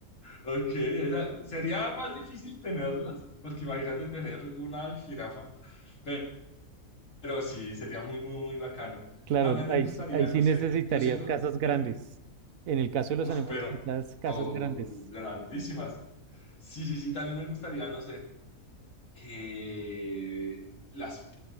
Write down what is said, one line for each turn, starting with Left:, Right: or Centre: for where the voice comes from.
Left: Ok, esa- sería más difícil tenerlas, porque imagínate tener una jirafa, pe- pero, sí, sería muy, muy, muy bacano.
Right: Claro,
Left: También me
Right: ahí,
Left: gustaría,
Right: sí ahí sí
Left: no sé,
Right: necesitarías
Left: yo siento,
Right: casas
Left: dime,
Right: grandes. En el caso de los
Left: Uf,
Right: animales,
Left: pero
Right: necesitas casas
Left: oh,
Right: grandes.
Left: grandísimas. Sí, sí, sí, también me gustaría, no sé, que las